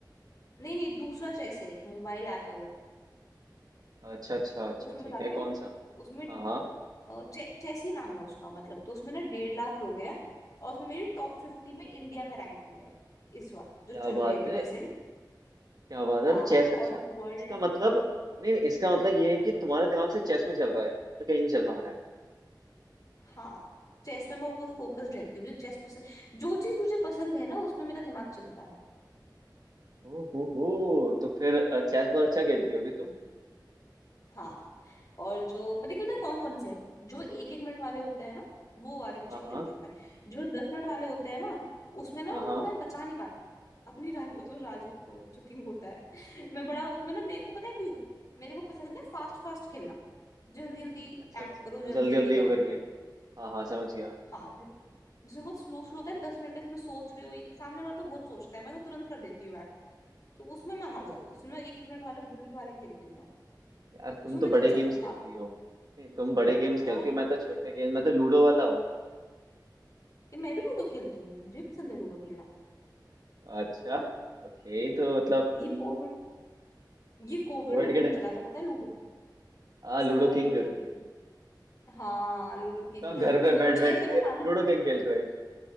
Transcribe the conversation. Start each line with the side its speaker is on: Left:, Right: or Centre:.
Left: नहीं नहीं दूसरा चेस है एक मोबाइल ऐप है वो
Right: अच्छा अच्छा अच्छा
Left: तो उसमें
Right: ठीक
Left: बताती
Right: है
Left: हूँ
Right: कौन सा
Left: उसमें
Right: हाँ हाँ
Left: अ, चे, चेस ही नाम है उसका मतलब तो उसमें ना डेढ़ लाख लोग हैं और उसमें मेरी टॉप फिफ्टी में इंडिया में रैंकिंग है इस वक्त जो
Right: क्या
Left: चल
Right: बात
Left: रही है अभी
Right: है
Left: रिसेंट
Right: क्या बात है
Left: हाँ
Right: चेस अच्छा
Left: और वर्ल्ड
Right: इसका मतलब नहीं नहीं इसका मतलब ये है कि तुम्हारा दिमाग से चेस में चल रहा है और कहीं नहीं चल पा रहा है
Left: हाँ चेस में मैं बहुत फोकस्ड रहती हूँ मुझे चेस पसंद जो चीज मुझे पसंद है ना उसमें मेरा दिमाग चलता
Right: ओ हो हो तो फिर अ, चेस बहुत अच्छा
Left: है
Right: खेलती होगी तुम
Left: हाँ और जो पता क्यों ना कौन कौन से जो एक एक मिनट वाले होते हैं ना वो वाले अच्छे
Right: हाँ
Left: खेलती
Right: हाँ
Left: हूँ मैं जो दस मिनट वाले होते हैं ना उसमें ना
Right: हाँ हाँ
Left: मैं बचा नहीं पाती अपनी रानी उस राजा को जो किंग होता है <laughs> मैं बड़ा उसमें ना मेरे को पता है क्यों मेरे को पसंद है फास्ट फास्ट खेलना जल्दी जल्दी
Right: अच्छा
Left: एक्ट
Right: अच्छा
Left: करो जल्दी
Right: जल्दी जल्दी
Left: जल्दी करो
Right: हो करके हाँ हाँ समझ गया
Left: हाँ जि- जिसमें बहुत स्लो स्लो होता है दस मिनट का इसमें सोच रहे हो ये- सामने वाला तो बहुत सोचता है मैं तो तुरंत कर देती हूँ एक्ट तो उसमें मैं हार
Right: अरे
Left: जाती
Right: यार
Left: हूँ उसमें एक एक मिनट वाले बुलेट वाले खेलती हूँ मैं
Right: यार तुम
Left: उसमें
Right: तो
Left: मैं
Right: बड़े
Left: जीत
Right: गेम्स
Left: जाती हूँ
Right: खेलती हो नहीं तुम बड़े गेम्स खेलती
Left: फास्ट
Right: हो मैं तो छोटे गेम मैं तो लूडो वाला हूँ
Left: ये मैं भी लूडो खेलती हूँ मुझे भी पसंद है लूडो खेलना
Right: अच्छा ओके तो मतलब
Left: ये
Right: हम्म,
Left: कोविड ये कोविड
Right: कोविड
Left: में बहुत
Right: के टाइम
Left: चला था पता है लूडो
Right: हाँ लूडो
Left: सब ऑनलाइन
Right: किंग
Left: खेलते थे हाँ लूडो किंग
Right: तो घर पे
Left: उसमें
Right: बैठ
Left: कुछ ऐसा
Right: बैठ के
Left: भी था ना
Right: लूडो
Left: शायद।
Right: किंग खेल रहे हैं